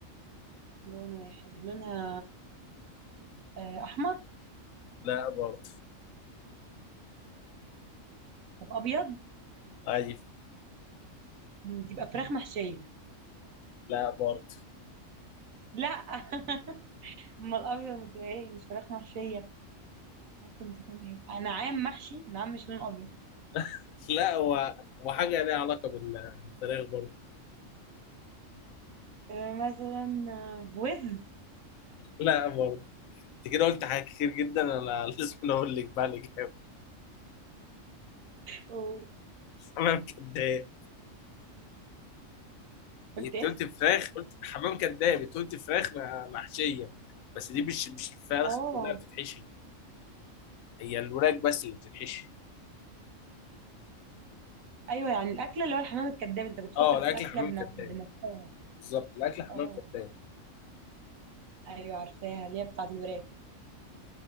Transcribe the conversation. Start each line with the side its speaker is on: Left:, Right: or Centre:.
Right: لون واحد لونها آه، أحمر
Left: لا برضه
Right: طب أبيض
Left: عجيب
Right: مم، تبقى فراخ محشية
Left: لا برضه
Right: لا <laughs> أما الأبيض ما تبقى إيه مش فراخ محشية ممكن تكون إيه نعام محشي نعام مش لون أبيض
Left: <laughs> لا هو وحاجة ليها علاقة بالفراخ برضه
Right: آه، مثلا آه، وز
Left: لا برضه انت كده قلت حاجات كتير جدا انا <laughs> لازم اقول لك بقى الاجابة
Right: قول-
Left: <laughs> حمام كداب
Right: قلت
Left: انت
Right: إيه
Left: قلت فراخ قلت حمام كداب انت قلت فراخ مع- محشية بس دي مش مش الفرخة
Right: اه
Left: كلها بتتحشي هي الوراك بس اللي بتتحشي
Right: ايوه يعني الاكله اللي هو الحمام الكذاب انت كنت فاكر
Left: اه الاكل
Right: في الاكله
Left: حمام
Right: بنف...
Left: كداب
Right: بنفسها
Left: بالظبط الاكل حمام
Right: اه
Left: كداب
Right: ايوه عارفاها اللي هي بتاعت الوراك